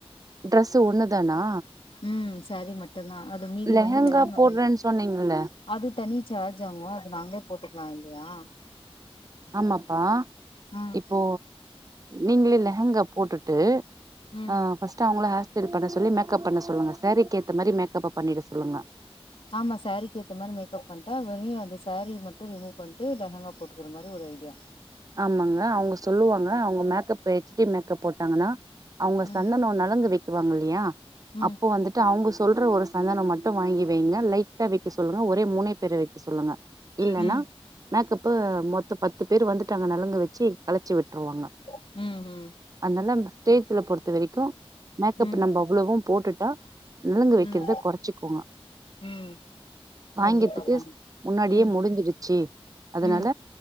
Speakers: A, on the right; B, on the left.
A: டிரஸ் ஒன்னுதானா
B: ம் சாரீ மட்டும்தா அது மீதி
A: லெஹங்கா
B: வந்து லெகங்க
A: போடுறேன்னு
B: வேணு
A: சொன்னீங்கல்ல
B: அது தனி சார்ஜாங்க அது நாங்களே போட்டுக்கலா இல்லையா
A: ஆமாப்பா
B: ம்
A: இப்போ நீங்க லெகங்கா போட்டுட்டு
B: ம்
A: ஆ ஃபர்ஸ்ட் அவுங்கள ஹாஸ்டல் பண்ண சொல்லி மேக்கப் பண்ண சொல்லுங்க சரீக்கு ஏத்த மாதிரி மேக்கப்ப பண்ணிட்டு சொல்லுங்க
B: ஆமா சாரீக்கு ஏத்த மாதிரி மேக்கப் பண்ணிட்டா வெறு அந்த சாரீ மட்டு ரிமோ பிட்டு லெங்கா போட்டுக்கிற மாதிரி ஒரு ஐடியா
A: ஆமாங்க அவுங்க சொல்லுவாங்க அவுங்க மேக்கப் ஹெச்டடி மேக்கப் போட்டாங்கன்னா அவுங்க
B: ம்
A: சந்தனோ நலங்கு வைக்குவாங்க இல்லையா
B: ம்
A: அப்போ வந்துட்டு ஃபஸ்ட் அவுங்க சொல்ற ஒரு சந்தனோ மட்டு வாங்கி வைங்க லைட்டா வைக்க சொல்லுங்க ஒரே மூணே பேர வைக்க சொல்லுங்க இலன்னா
B: ம்
A: மேக்கப்பு மொத்தோ பத்து பேர் வந்துட்டு அங்க நலங்கு வெச்சு கழச்சி விட்டுருவாங்க
B: உ உ
A: அதனால ஸ்டேஜ்ல பொறுத்த வரைக்கு மேக்கப்
B: ம்
A: நம்ம அவ்ளவு போட்டுட்டா நலங்கு வைக்கிறத
B: ம்
A: குறச்சிக்கோங்க
B: ம்
A: சாங்கத்துக்கு
B: கண்டிப்பா கண்டி
A: முன்னாடியே
B: ம்
A: முடிஞ்சிடுச்சு அதுனால
B: ம்